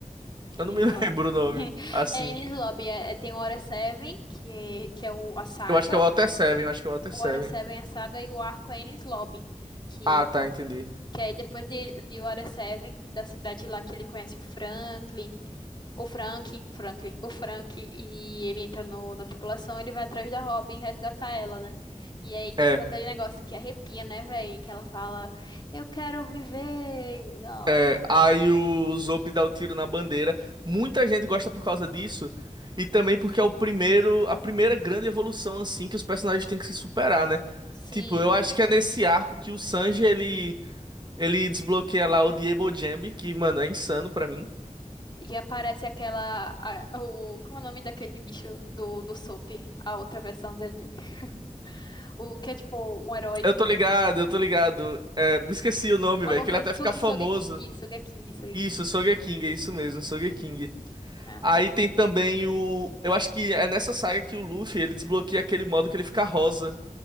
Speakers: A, on the left (about 35°); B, on the right (about 35°).
A: Enies
B: Eu não me <laughs> lembro
A: Lobby. <laughs>
B: o nome. Assim.
A: É Enies Lobby, é, é- tem o Water Seven, que, que é o, a saga.
B: Eu acho que é o Water Seven, eu acho que é o Water
A: O
B: Seven.
A: Water Seven, a saga, e o arco é Enies Lobby, que,
B: Ah, tá, entendi.
A: que aí depois de, de Water Seven, da cidade lá que ele conhece o Franklin, o Frank, Franklin, o Frank, e ele entra no, na tripulação, ele vai atrás da Robin resgatar ela, né? E aí tem
B: é
A: todo aquele negócio que arrepia, né, velho? Que ela fala, eu quero viver, nossa,
B: É, Aí o Zop dá o tiro na bandeira. Muita gente gosta por causa disso. E também porque é o primeiro, a primeira grande evolução assim que os personagens têm que se superar, né?
A: sim.
B: Tipo, eu acho que é nesse arco que o Sanji ele ele desbloqueia lá o Diebo Jambi, que, mano, é insano pra mim.
A: E aparece aquela, a- o, como é o nome daquele bicho do, do Soap, a outra versão dele? <laughs> O que é tipo um heróizinho.
B: Eu tô ligado, eu tô ligado. É, me esqueci o nome,
A: Alguma
B: velho, que
A: coisa.
B: ele até
A: Soge-
B: fica famoso.
A: Sogeking, Sogeking, Sogeking.
B: Isso, Sogeking, é isso mesmo, Sogeking.
A: É.
B: Aí tem também o, eu acho que é nessa saga que o Luffy ele desbloqueia aquele modo que ele fica rosa.